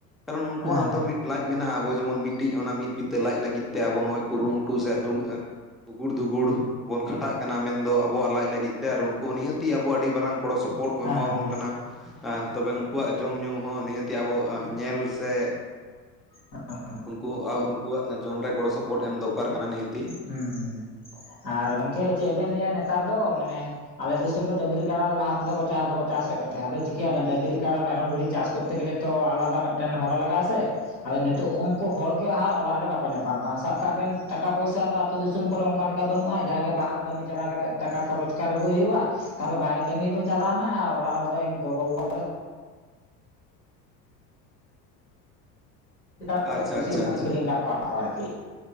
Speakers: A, in the centre; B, on the left.
A: ᱠᱟᱨᱚᱱ ᱩᱱᱠᱩᱣᱟ
B: ᱦᱮᱸ
A: ᱦᱚᱸᱛᱚ ᱢᱤᱫ ᱞᱟᱡ ᱢᱮᱱᱟᱜᱼᱟ ᱟᱵᱚ ᱡᱮᱢᱚᱱ ᱢᱤᱫᱴᱤᱡ ᱚᱱᱟ ᱢᱤᱫ ᱵᱤᱛᱟᱹ ᱞᱟᱡ ᱞᱟᱹᱜᱤᱫ ᱛᱮ ᱟᱵᱚ ᱱᱚᱜᱼᱚᱭ ᱠᱩᱨᱩᱢᱩᱴᱩ ᱥᱮ ᱦᱩᱢᱼᱼ ᱫᱩᱜᱩᱲ ᱫᱷᱩᱜᱩᱲ ᱵᱚᱱ ᱠᱷᱟᱴᱟᱜ ᱠᱟᱱᱟ ᱢᱮᱱ ᱫᱚ ᱟᱵᱚᱣᱟᱜ ᱞᱟᱡ ᱞᱟᱹᱜᱤᱫ ᱛᱮ ᱟᱨ ᱩᱱᱠᱩ ᱱᱤᱦᱟᱹ ᱛᱤᱼᱼ ᱟᱵᱚ ᱟᱹᱰᱤ ᱢᱟᱨᱟᱝ ᱜᱚᱲᱚ ᱥᱚᱯᱚᱦᱚᱫ ᱠᱚ
B: ᱦᱮᱸ
A: ᱮᱢᱟᱵᱚᱱ
B: ᱦᱮᱸ
A: ᱠᱟᱱᱟ ᱦᱮᱸ ᱛᱚᱵᱮ ᱩᱱᱠᱩᱣᱟᱜ ᱡᱚᱢ ᱧᱩ ᱦᱚᱸ ᱱᱤᱦᱟᱹᱛᱤ ᱟᱵᱚ ᱧᱮᱞ ᱥᱮ
B: <inaudible>
A: ᱩᱱᱠᱩ ᱟᱣ ᱩᱱᱠᱩᱣᱟᱜ ᱡᱚᱢ ᱨᱮ ᱜᱚᱲᱚ ᱥᱚᱯᱚᱦᱚᱫ ᱮᱢ ᱫᱚᱨᱠᱟᱨ ᱠᱟᱱᱟ ᱱᱤᱦᱟᱹᱛᱤ
B: ᱦᱩᱸ ᱦᱩᱸ ᱟᱨ ᱜᱚᱝᱠᱮ ᱪᱮᱫ ᱵᱮᱱ ᱞᱟᱹᱭᱟ ᱱᱮᱛᱟᱨ ᱫᱚ ᱢᱟᱱᱮ ᱟᱞᱮ ᱫᱤᱥᱚᱢ ᱫᱚ ᱰᱟᱹᱝᱨᱤ ᱠᱟᱰᱟ ᱫᱚ ᱞᱟᱦᱟ ᱛᱮᱫᱚ ᱠᱚ ᱪᱟᱥ ᱫᱚᱠᱚ ᱪᱟᱥᱮᱫ ᱠᱚ ᱛᱟᱦᱮᱸ ᱟᱫᱚ ᱪᱤᱠᱟᱹᱭᱟ ᱵᱮᱱ ᱰᱟᱝᱨᱤ ᱠᱟᱰᱟ ᱢᱮᱨᱚᱢ ᱵᱷᱤᱰᱤ ᱪᱟᱥ ᱠᱚᱨᱛᱮ ᱜᱮᱞᱮ ᱛᱚ ᱟᱞᱟᱫᱟ ᱢᱤᱫᱴᱮᱱ ᱦᱚᱲ ᱞᱟᱜᱟᱜ-ᱟ ᱥᱮ ᱟᱭᱟ ᱱᱤᱛᱚᱜ ᱩᱝᱠᱩ ᱦᱚᱲᱜᱮ ᱦᱟᱸᱜ ᱚᱲᱟᱜ ᱨᱮ ᱵᱟᱠᱚ ᱧᱟᱯᱟᱢ ᱠᱟᱱᱟ ᱥᱟᱵ ᱠᱟᱜ ᱵᱮᱱ ᱴᱟᱠᱟ ᱯᱚᱭᱥᱟ ᱫᱚ ᱟᱹᱛᱩ ᱫᱤᱥᱚᱢ ᱠᱚᱨᱮ ᱚᱱᱠᱟ ᱞᱮᱠᱟ ᱵᱟᱹᱱᱩᱜᱼᱟ ᱡᱟᱜᱮ ᱵᱟᱦᱟᱨ ᱠᱟᱹᱢᱤ ᱪᱟᱞᱟᱣ ᱠᱟᱛᱮ ᱴᱟᱠᱟ ᱠᱚ ᱨᱚᱡᱽᱠᱟᱨ ᱟᱹᱜᱩᱭ ᱦᱩᱭᱩᱜᱼᱟ ᱛᱟᱦᱞᱮ ᱵᱟᱭᱨᱮ ᱠᱟᱹᱢᱤ ᱵᱮᱱ ᱪᱟᱞᱟᱣᱱᱟ ᱚᱲᱟᱜ ᱦᱚᱲ ᱫᱚᱧ ᱜᱚᱜᱚ ᱵᱟᱵᱟ <inaudible>
A: ᱟᱪᱪᱷᱟ ᱟᱪᱪᱷᱟ ᱟᱪᱪᱷᱟ
B: ᱟᱹᱠᱷᱨᱤᱧ ᱟᱠᱟᱫ ᱠᱚᱣᱟ ᱠᱚ ᱟᱨᱠᱤ